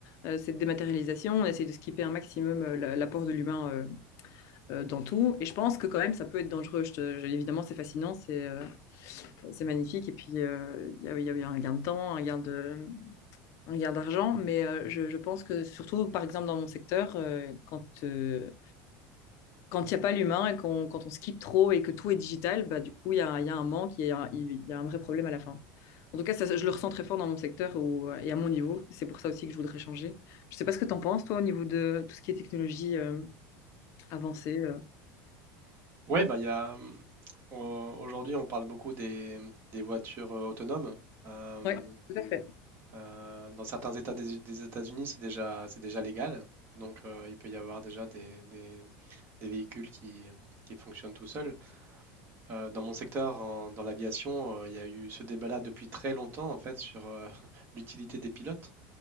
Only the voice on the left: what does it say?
euh, cette dématérialisation, on essaie de skipper un maximum euh, la- l'apport de l'humain euh, euh, dans tout. Et je pense que quand même, ça peut être dangereux. Je te- je- évidemment, c'est fascinant, c'est euh, c'est magnifique. Et puis, euh, il y a, il y a eu un gain de temps, un gain de, un gain d'argent, mais euh, je, je pense que surtout, par exemple, dans mon secteur, euh, quand euh, quand il n'y a pas l'humain et qu'on, quand on skip trop et que tout est digital, bah, du coup, il y a, il y a un manque, il y a, un- il y a un vrai problème à la fin. En tout cas, ça, je le ressens très fort dans mon secteur ou et à mon niveau. C'est pour ça aussi que je voudrais changer. Je ne sais pas ce que tu en penses, toi, au niveau de tout ce qui est technologie euh, avancée. euh.
Ouais, tout à fait.